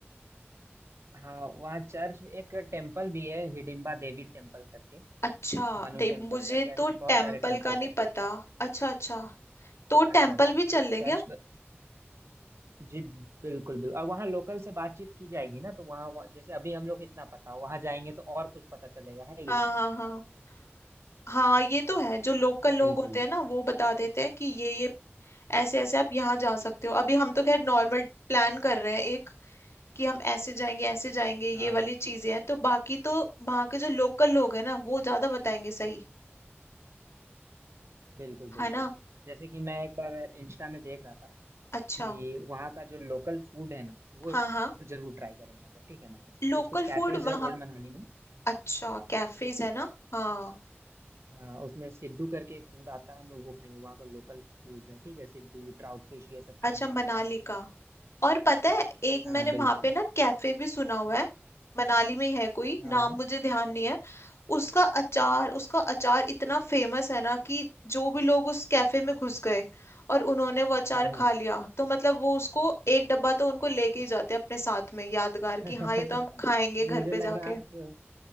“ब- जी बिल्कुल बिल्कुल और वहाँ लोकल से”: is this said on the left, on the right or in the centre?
Right